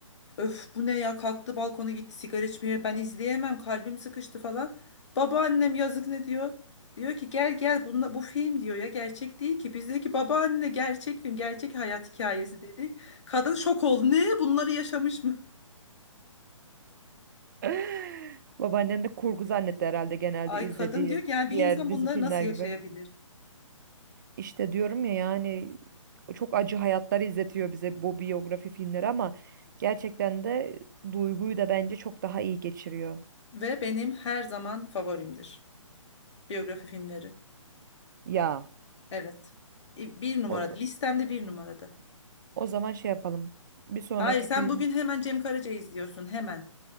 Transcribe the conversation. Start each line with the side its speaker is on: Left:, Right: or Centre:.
Left: Öf bu ne ya kalktı balkona gitti sigara içmeye ben izleyemem kalbim sıkıştı falan. Babaannem yazık ne diyor? Diyor ki gel gel bunla, bu film diyor ya gerçek değil ki. Bizdeki babaanne gerçek film gerçek hayat hikayesi dedik. Kadın şok oldu ne bunları yaşamış mı?
Right: <laughs> Babaannen de kurgu zannetti herhalde genelde
Left: Ay
Right: izlediği
Left: kadın diyor ki yani bir
Right: diğer
Left: insan bunları
Right: dizi filmler
Left: nasıl yaşayabilir?
Right: gibi. İşte diyorum ya yani çok acı hayatlar izletiyor bize bu biyografi filmleri ama gerçekten de duyguyu da bence çok daha iyi geçiriyor.
Left: Ve benim her zaman favorimdir biyografi filmleri.
Right: Ya
Left: Evet E, bir numarada
Right: o, z-
Left: listemde bir numarada.
Right: o zaman şey yapalım. Bir sonraki
Left: Hayır sen
Right: film
Left: bugün hemen Cem Karaca izliyorsun hemen.